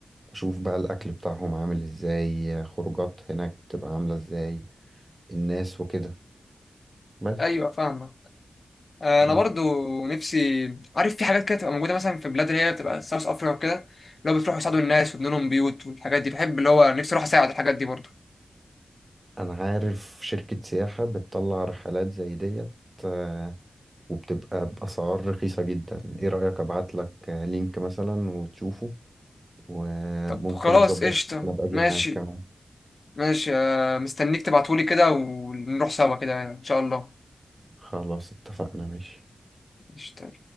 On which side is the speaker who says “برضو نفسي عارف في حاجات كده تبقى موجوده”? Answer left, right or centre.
Left